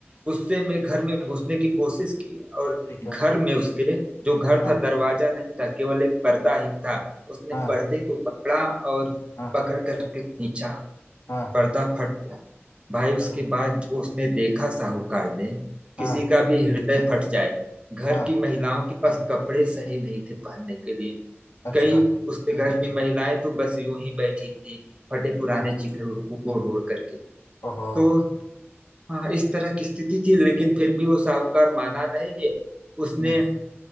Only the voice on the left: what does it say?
ठीक
है
हाँ
हाँ
हाँ
हाँ
अच्छा
हाँ
हाँ
अच्छा
हाँ
ओहो
हम्म,